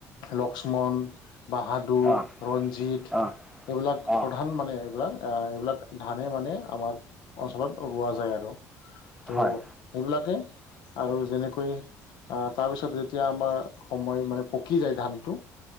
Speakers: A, on the left; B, in the centre.
A: লক্ষ্মণ, বাহাদুৰ,
B: অঁ
A: ৰঞ্জিত,
B: অঁ
A: এইবিলাক
B: অঁ
A: প্ৰধান মানে। য় এইবিলাক ধানে মানে আমাৰ অঞ্চলত ৰোৱা যায় আৰু, ত'
B: হয়
A: সেইবিলাকে আৰু যেনেকৈ তাৰপিছত যেতিয়া আমাৰ সময় মানে পকি যায় ধানটো